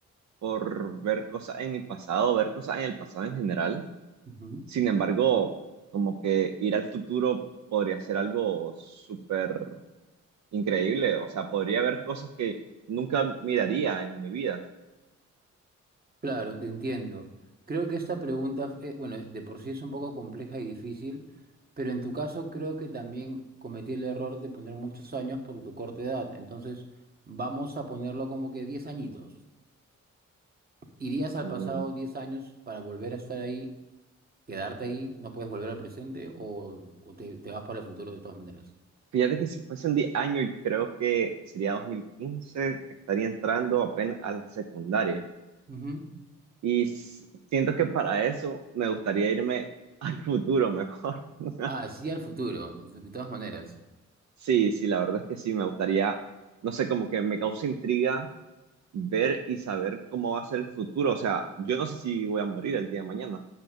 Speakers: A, on the right; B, on the right.
A: por ver cosas en mi pasado, ver cosas en el pasado en general.
B: Ujú.
A: Sin embargo, como que ir al futuro podría ser algo súper increíble. O sea, podría ver cosas que nunca miraría en mi vida.
B: Claro, te entiendo. Creo que esta pregunta, eh, bueno, de por sí es un poco compleja y difícil, pero en tu caso creo que también cometí el error de poner muchos años por tu corta edad. Entonces, vamos a ponerlo como que 10 añitos. ¿Irías al
A: Mm,
B: pasado 10 años para volver a estar ahí quedarte ahí, no puedes volver al presente o, o te, te vas para el futuro de todas maneras.
A: Fíjate que si fuesen 10 años, yo creo que sería 2015, estaría entrando apenas a la secundaria.
B: Ujú.
A: Y s- siento que para eso me gustaría irme <laughs> al futuro mejor. <laughs>
B: Ah, sí, al futuro, de, de todas maneras.
A: Sí, sí, la verdad es que sí, me gustaría, no sé, como que me causa intriga ver y saber cómo va a ser el futuro. O sea, yo no sé si voy a morir el día de mañana.